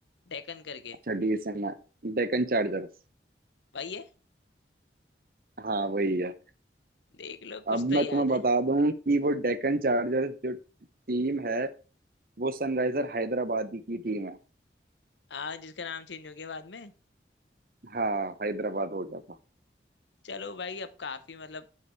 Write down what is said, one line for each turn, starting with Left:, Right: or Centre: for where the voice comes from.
Left: डेकन करके
Right: अच्छा डीएसएन है डेक्कन चार्जर्स
Left: भाई ये
Right: हाँ वही है
Left: देख लो
Right: अब
Left: कुछ तो
Right: मैं
Left: याद
Right: तुम्हें बता
Left: है
Right: दूं कि वो डेक्कन चार्जर्स जो टीम है वो सनराइजर हैदराबाद की टीम है
Left: आज जिसका नाम चेंज हो गया बाद में
Right: हाँ हैदराबाद हो गया
Left: चलो भाई अब काफी मतलब